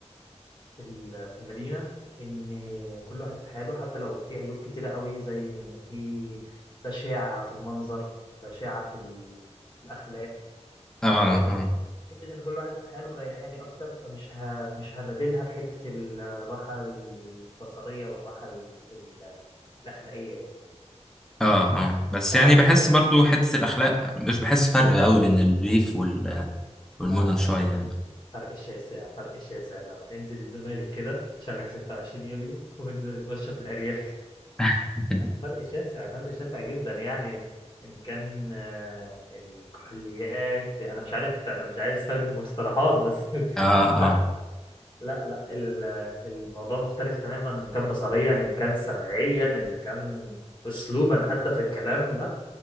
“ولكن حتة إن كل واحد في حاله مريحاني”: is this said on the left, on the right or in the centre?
Left